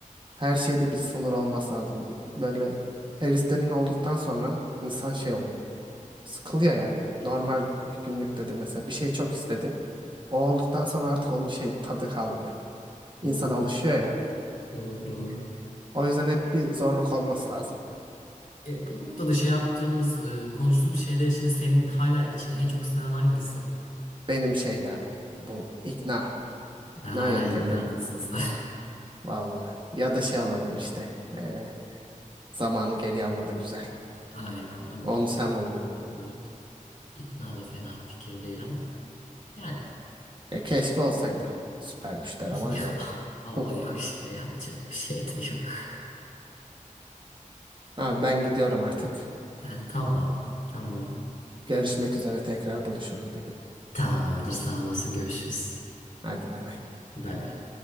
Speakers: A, on the right; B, on the left.
A: Her şeyde bir sınır olması lazım. Böyle heriflerin olduktan sonra insan şey oluyor. Sıkılıyor yani. Normal günlükte de mesela bir şey çok istedin. O olduktan sonra artık onun şey tadı kalmıyor. İnsan
B: Doğru,
A: alışıyor ya.
B: doğru, doğru.
A: O yüzden hep bir zorluk olması lazım.
B: E, bu noktada şey yaptığımız, e, konuştuğumuz şeyler içinde senin hala içine en çok sinen hangisi?
A: Benim şey ya bu ikna, ikna
B: Ha, hala
A: yöntemi.
B: iknadasın sen.
A: Valla. Ya da şey alabilir işte. Ee, zamanı geri alma da güzel.
B: <laughs> Aynen ama
A: Onu
B: ikna
A: sen bulun.
B: olabilir de. İkna da fena fikir değil ama yani.
A: E, keşke olsaydı. Süper güçler
B: <laughs>
A: ama yok.
B: Ama
A: Hı.
B: yok işte yapacak bir şey de yok. <laughs>
A: Abi ben gidiyorum artık.
B: Ha, tamam. Tamam.
A: Görüşmek üzere tekrar buluşuruz bir gün.
B: Tamamdır. Sağ olasın. Görüşürüz.
A: Hadi bay bay.
B: Bay bay.